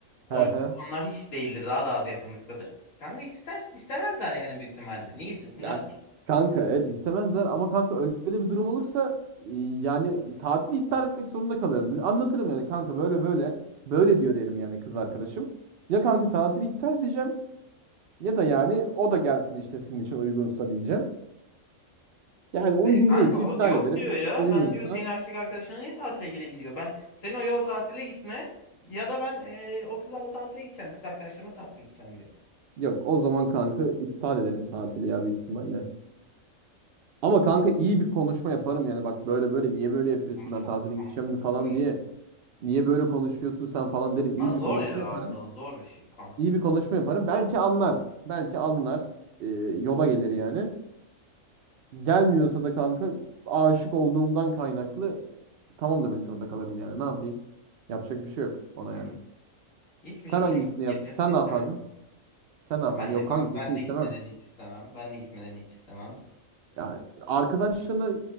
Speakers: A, on the left; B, on the right.
A: O,
B: He he.
A: onlar hiç değildir daha da az yakınlıktadır. Kanka ister, istemezler yani büyük ihtimalle niye istesinler
B: Ya
A: ki?
B: kanka evet istemezler ama kanka öyle de bir durum olursa e, yani tatili iptal etmek zorunda kalırım. Anlatırım yani kanka böyle böyle böyle diyor derim yani kız arkadaşım. Ya kanka tatili iptal edeceğim ya da yani o da gelsin işte sizin için uygunsa diyeceğim. Yani uygun
A: Kanka
B: değilse
A: o
B: iptal
A: yok
B: ederim.
A: diyor ya.
B: Uygunsa
A: Ben diyor senin erkek arkadaşına niye tatile geleyim diyor. Ben sen o ya o tatile gitme ya da ben e, o kızlarla tatile gideceğim. Kız arkadaşlarımla tatile gideceğim diyor.
B: yok o zaman kanka iptal ederim tatili ya büyük ihtimalle. Ama kanka iyi bir konuşma yaparım yani bak böyle böyle niye böyle yapıyorsun
A: Ama çok
B: ben tatile
A: kanka
B: gideceğim
A: çok
B: falan
A: ayıp.
B: diye. Niye böyle konuşuyorsun sen falan derim. İyi
A: Ama
B: bir
A: zor
B: konuşma
A: ya
B: yaparım.
A: abi daha zor bir şey kanka
B: İyi
A: ya.
B: bir konuşma yaparım. Belki anlar. Belki anlar. Ee, yola gelir yani. Gelmiyorsa da kanka aşık olduğumdan kaynaklı e, tamam demek zorunda kalırım yani. Ne yapayım? Yapacak bir şey yok ona
A: Hı.
B: yani.
A: Hiçbir
B: Sen
A: şekilde
B: hangisini
A: git-
B: yap?
A: gitmesini
B: Sen
A: istemezsin.
B: ne yapardın? Sen ne yapardın?
A: Ya ben
B: Yok
A: de kanka
B: kanka gitmesini
A: ben de
B: istemem.
A: gitmelerini hiç istemem. Ben de gitmelerini hiç istemem.
B: Ya arkadaşlarına